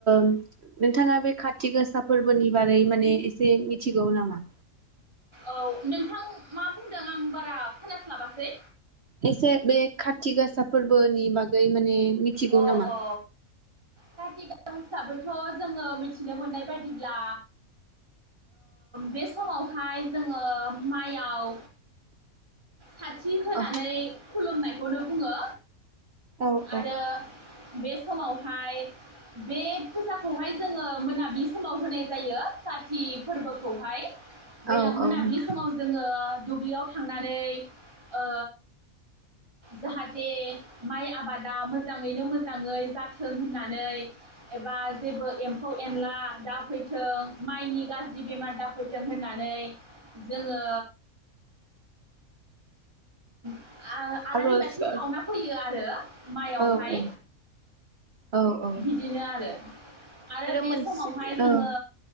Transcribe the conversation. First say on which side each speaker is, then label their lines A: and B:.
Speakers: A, on the right; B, on the right.
A: नोंथाङा बे काति गोसा फोरबोनि बारै माने एसे मिथिगौ नामा
B: औ नोंथां मा बुंदों आं बारा खोनास्लाबासै
A: एसे बे खाथि गासा फोरबोनि बागै माने मिथिगौ
B: अ
A: नामा?
B: अ खाथि गसाखौथ' जोङो मिथिनो मोननाय बायदिब्ला बे समावहाय जोङो माइयाव साथि होनानै
A: औ
B: खुलुमनायखौनो बुङो
A: औ
B: आरो
A: औ
B: बे समावहाय बे फुजाखौहाय जोङो मोनाबिलि समाव होनाय जायो काति फोरबोखौहाय बेलां
A: औ
B: मोनाब्लि
A: औ नोंथां
B: समाव जोङो दुब्लियाव थांनानै ओ जाहाथे माइ आबादा मोजाङैनो मोजाङै जाथों होननानै एबा जेबो एम्फौ-एनला दाफैथों माइनि गाज्रि बेमार दाफैथों होननानै जोङो आ आलारि
A: आर'ज
B: बाथि
A: औ
B: सावना फैयो आर दो
A: औ
B: हाय
A: औ औ
B: बिदिनो आरो आरो बे
A: मोनसे
B: समावहाय जोङो
A: औ